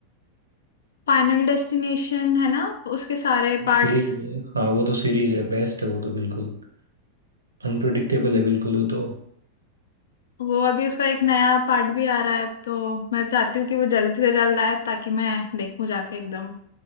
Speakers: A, on the left; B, on the right.
A: फाइनल डेस्टिनेशन है ना उसके सारे पार्ट्स
B: सीरीज हाँ वो तो सीरीज है बेस्ट है वो तो बिल्कुल अनप्रडिक्टेबल है बिल्कुल वो तो
A: वो अभी उसका एक नया पार्ट भी आ रहा है तो मैं चाहती हूँ कि वो जल्द से जल्द आए ताकि मैं देखूँ जाके एकदम